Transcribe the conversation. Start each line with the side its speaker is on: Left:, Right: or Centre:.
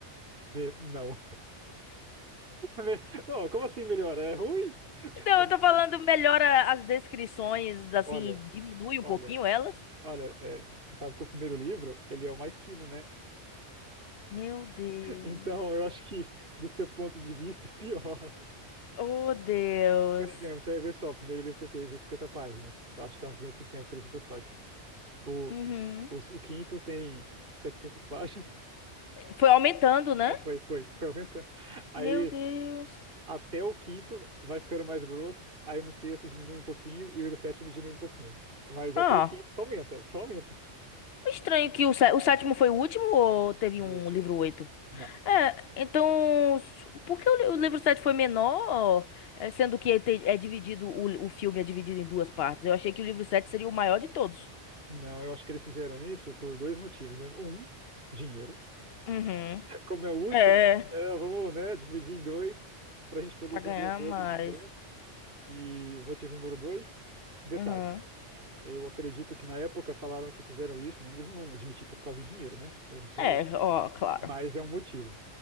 Right: me- Não. <laughs> Me- Não, como assim melhor? É ruim? <laughs>
Left: Não, eu tô falando, melhora as descrições, assim,
Right: Olha,
Left: diminui
Right: olha,
Left: um pouquinho elas.
Right: olha, olha. é, você sabe que o primeiro livro, ele é o mais fino, né?
Left: Meu Deus.
Right: Então, eu acho que, do seu ponto de vista, <laughs> pior.
Left: Oh, Deus.
Right: Por exemplo, você vai ver só, o primeiro livro tem o quê? 250 páginas. Eu acho que é umas 250, 300 páginas. O,
Left: Uhum.
Right: os- o, quinto tem 700 páginas. <laughs>
Left: Foi aumentando, né?
Right: É, foi, foi, foi aumentando. Aí,
Left: Meu Deus.
Right: até o quinto vai ficando mais grosso. Aí no sexto diminui um pouquinho e no sétimo diminui um pouquinho. Mas
Left: Ah,
Right: até o quinto só aumenta, só aumenta.
Left: estranho que o, sé- o sétimo foi o último ou teve
Right: E
Left: um
Right: o último.
Left: livro oito
Right: Não.
Left: É, então, s- por que o, li- o livro 7 foi menor, eh, sendo que ele tem- é dividido, o, o filme é dividido em duas partes? Eu achei que o livro sete seria o maior de todos.
Right: Não, eu acho que eles fizeram isso por dois motivos, né? Um, dinheiro.
Left: Uhum.
Right: Como é o último,
Left: É,
Right: é, vamos, né, dividir em dois para a gente poder
Left: pra
Right: vender
Left: ganhar
Right: o dobro
Left: mais.
Right: de ingresso. E o motivo número dois, detalhes.
Left: Uhum.
Right: Eu acredito que na época falaram que fizeram isso, não, eles não vão admitir que é por causa de dinheiro, né? Eles não são
Left: É,
Right: loucos.
Left: ó, claro.
Right: Mas é um motivo.